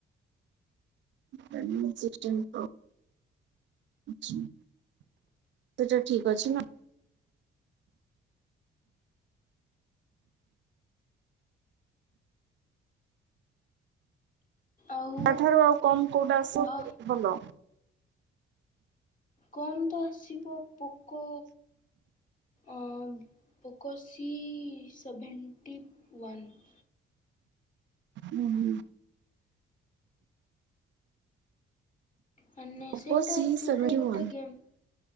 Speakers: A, on the right; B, on the left.
A: <inaudible> System pro. ଆଚ୍ଛା ସେଟା ଠିକ ଅଛି ନା।
B: ଆଉ
A: ତା ଠାରୁ ଆଉ କମ୍ କୋଉଟା ଆସୁ
B: ଅ
A: ଭଲ।
B: କମ୍ ତ ଆସିବ ପୋକ। ଅ ପୋକ ସି ସେଭେଣ୍ଟି ୱାନ୍।
A: ଉଁ ହୁଁ।
B: ମାନେ
A: ଓପୋ
B: ସେଇଟା
A: ସି
B: ଆକ୍ଚୁଆଲିର
A: ସେଭେଣ୍ଟି
B: ଗୋଟେ
A: ୱାନ୍।
B: ଗେମ୍।